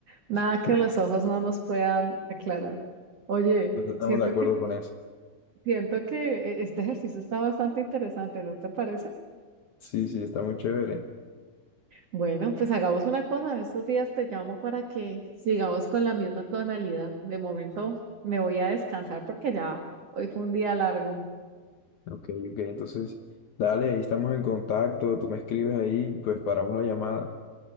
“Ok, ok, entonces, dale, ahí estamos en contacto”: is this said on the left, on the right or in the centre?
Left